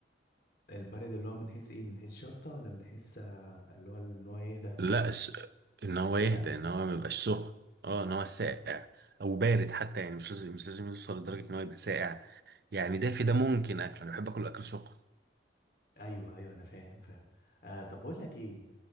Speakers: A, on the left; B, on the right.
A: البارد اللي هو من حيث ايه من حيث شطه ولا من حيث آه، اللي هو ان هو يهدى
B: لا س... ان هو
A: الساقع
B: يهدى ان هو ما يبقاش سخن اه ان هو ساقع او بارد حتى يعني مش لازم مش لازم يوصل لدرجه ان هو يبقى ساقع يعني دافي ده ممكن اكله انا بحب اكل اكل سخن
A: ايوه ايوه انا فاهم فاهم آه طب بقول لك ايه